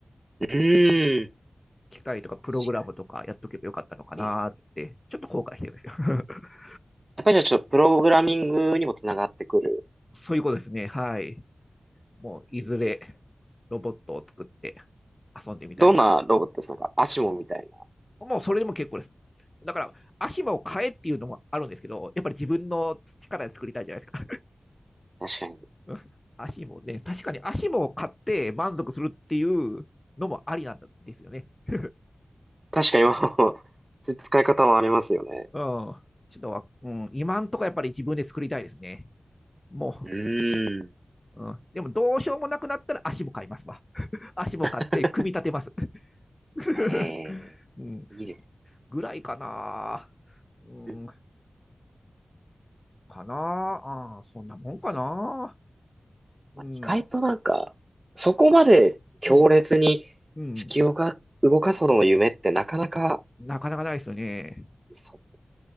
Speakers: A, on the right; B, on the left.
A: うーん、
B: 機械とかプログラムとかやっとけばよかったのかなって、
A: 確かに。えー
B: ちょっと後悔してるんですよ。<laughs>
A: やっぱりじゃあちょっとプログラミングにもつながってくる
B: そういうことですね。はい。もう、いずれ
A: んです。
B: ロボットを作って遊んでみたいな。
A: どんなロボットですかなんか、アシモみたい
B: もう、それでも結構です。だから、足も買えっていうのもあるんですけど、やっぱり自分の力で作りたいじゃないですか。
A: な。確かに。
B: <laughs> 足もね、確かに足も買って満足するっていうのもありなんですよね。<laughs>
A: 確かに、今の <laughs> 使い方はありますよね。
B: うん。ちょっと、うん、今んとこやっぱり自分で作りたいですね。も
A: うーん。
B: う、うん、でもどうしようもなくなったら足も買いますわ。足も買って組み立てます。
A: <laughs>
B: <laughs>
A: ええ、
B: うん、
A: いいです
B: ぐらいかな。うん、
A: ね。うん
B: かな。あそんなもんかな。うん、
A: まあ意外となんか、そこまで強烈に
B: うん、うん。
A: 月をが動かすほどの夢ってなかなか、
B: なかなかないですよね。
A: そう、